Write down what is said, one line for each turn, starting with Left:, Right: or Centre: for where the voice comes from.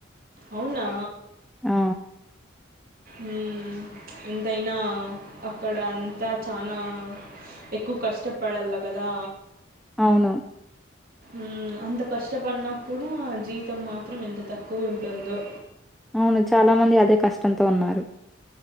Right: అవునా
Centre: ఆ!
Right: ఉమ్. ఎంతైనా అక్కడ అంతా చాలా ఎక్కువ కష్టపడలా కదా
Centre: అవును
Right: ఉమ్. అంత కష్టపడినా కూడా జీతం మాత్రం ఎంత తక్కువ ఉంటుందో.
Centre: అవును చాలా మంది అదే కష్టంతో ఉన్నారు.